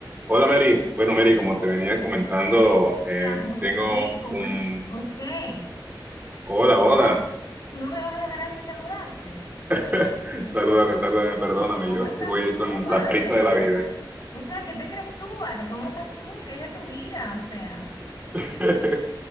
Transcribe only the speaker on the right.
Hola Mary, bueno Mary, como te venía comentando, em,
tengo
un...
Hola,
hola.
<laughs> Salúdame, salúdame, perdóname,
yo
que voy ahí
con
la prisa de la vida.
<laughs>